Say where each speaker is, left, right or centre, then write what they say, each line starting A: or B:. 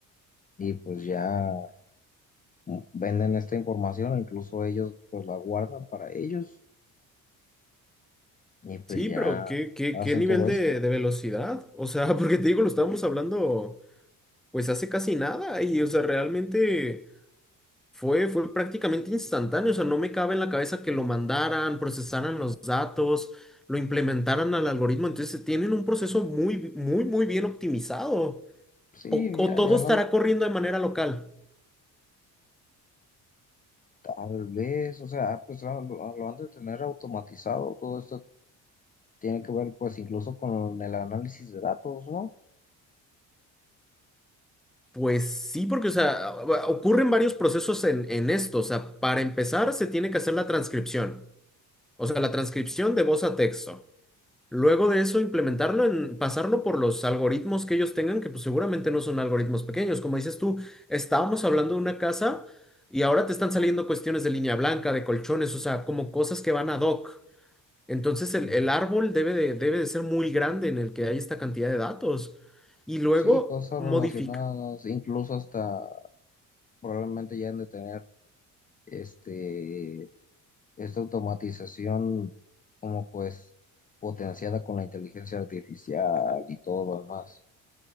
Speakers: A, on the left; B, in the centre.
A: y pues ya mm, venden esta información o incluso ellos pues la guardan para ellos y pues
B: Sí,
A: ya
B: pero ¿qué, qué,
A: hacen
B: qué nivel
A: todo
B: de,
A: esto.
B: de velocidad? O sea, <laughs> porque te digo, lo estábamos hablando pues hace casi nada y, o sea, realmente fue, fue prácticamente instantáneo. O sea, no me cabe en la cabeza que lo mandaran, procesaran los datos, lo implementaran al algoritmo. Entonces, tienen un proceso muy, muy, muy bien optimizado.
A: Sí,
B: O, o
A: ya,
B: todo
A: ya
B: estará
A: lo han-
B: corriendo de manera local.
A: tal vez, o sea, ah, pues ah, lo, ah, lo han de tener automatizado, todo esto tiene que ver pues incluso con el análisis de datos, ¿no?
B: Pues sí, porque, o sea, ocurren varios procesos en, en esto. O sea, para empezar, se tiene que hacer la transcripción. O sea, la transcripción de voz a texto. Luego de eso, implementarlo en pasarlo por los algoritmos que ellos tengan, que pues seguramente no son algoritmos pequeños. Como dices tú, estábamos hablando de una casa y ahora te están saliendo cuestiones de línea blanca, de colchones, o sea, como cosas que van ad hoc. Entonces
A: Sí,
B: el, el árbol debe de, debe de ser muy grande en el que hay esta cantidad de datos. Y luego
A: Sí, cosas
B: modifica.
A: relacionadas, incluso hasta probablemente ya han de tener este, esta automatización como pues potenciada con la inteligencia artificial y todo lo demás.